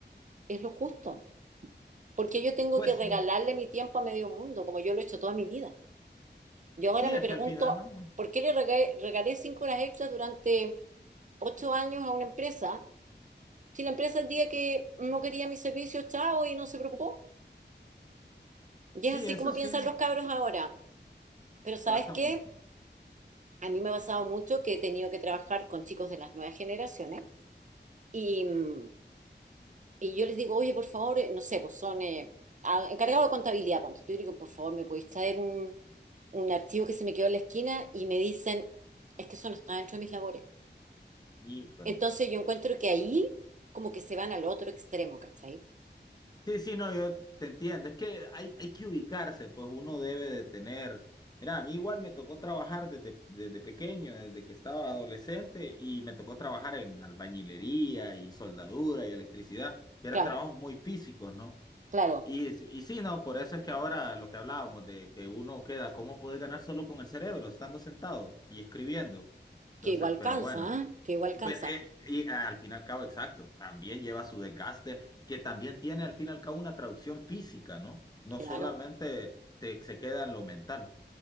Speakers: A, on the right (about 45°); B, on the left (about 20°).
A: es lo justo. porque yo tengo
B: pues
A: que regalarle
B: sí,
A: mi tiempo a medio mundo, como yo lo he hecho toda mi vida. Yo
B: sí,
A: ahora me
B: es
A: pregunto,
B: que al final, ¿no?
A: ¿por qué le regalé, regalé cinco horas extras durante ocho años a una empresa? Si la empresa el día que no quería mis servicios, chao, y no se preocupó. Y
B: Sí,
A: es así
B: eso
A: como
B: sí,
A: piensan los cabros ahora. Pero ¿sabes
B: pasa
A: qué?
B: mucho.
A: A mí me ha pasado mucho que he tenido que trabajar con chicos de las nuevas generaciones y mm, Y yo les digo, oye, por favor, eh, no sé, pues son eh, a- encargados de contabilidad, ponte tú, y digo, por favor, ¿me podéis traer un, un archivo que se me quedó en la esquina? Y me dicen, es que eso no está dentro de mis labores.
B: Híjole.
A: Entonces yo encuentro que ahí como que se van al otro extremo, ¿cachai?
B: Sí, sí, no, yo te entiendo. Es que hay, hay que ubicarse, pues uno debe de tener. Mira, a mí igual me tocó trabajar desde, desde pequeño, desde que estaba adolescente, y me tocó trabajar en albañilería y soldadura y electricidad, que eran
A: Claro,
B: trabajos muy físicos, ¿no?
A: claro,
B: Y, s- y sí, no, por eso es que ahora lo que hablábamos de que uno queda, ¿cómo puede ganar solo con el cerebro, estando sentado y escribiendo? Entonces,
A: que igual
B: pero
A: cansa,
B: bueno.
A: ¿ah? Que igual
B: Sí,
A: cansa.
B: pero, eh, y al fin y al cabo, exacto, también lleva su desgaste, que también tiene al fin y al cabo una traducción física, ¿no? No
A: Claro.
B: solamente se, se queda en lo mental,